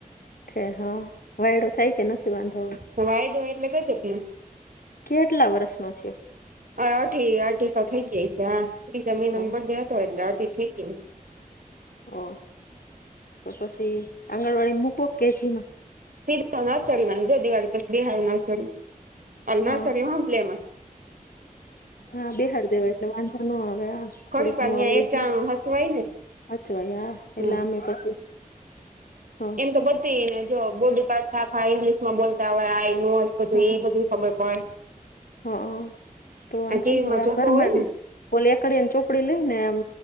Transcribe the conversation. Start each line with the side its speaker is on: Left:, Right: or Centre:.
Left: છે હા વાયડો થાય કે નથી વાંધો
Right: વાયડો હોય એટલે ક છેપને
Left: કેટલા વર્ષનો થયો
Right: અ અઢી અઢી તો થઇ ગઈ છે હા જમીન
Left: હો
Right: બર્થડે દેતોય એટલે અઢી થઇ ગય
Left: ઓ તો પછી આંગણવાડીને મૂકવ કેજીીમાં
Right: સીધ નાસરી મ જો દિવાળી પછ દી હ નારી
Left: હા
Right: નાસરી હલે એમાં <unintelligible>
Left: હા બિહાર દેવાય એટલે વાંધા ન આવે આ
Right: ખરી
Left: થોડુંક
Right: પા
Left: નું આવડ
Right: એક ટાણું
Left: છે
Right: હસવાય ને
Left: સાચવા
Right: હમ
Left: એટલે આમે પછી હ
Right: એમ તો બધીને જો બોડી પાર્ટ ખા ખા ઈંગ્લિશમાં બોલતા હોય આઈ નો બધું
Left: હ
Right: એ બધું ખબર પડે
Left: હ તો વાંધો
Right: આ ટીવીમાં
Left: ન હવે
Right: જોતો
Left: ઘરમાં
Right: હોય ને
Left: બોલી એકડી એને ચોપડી લઈ ને એમ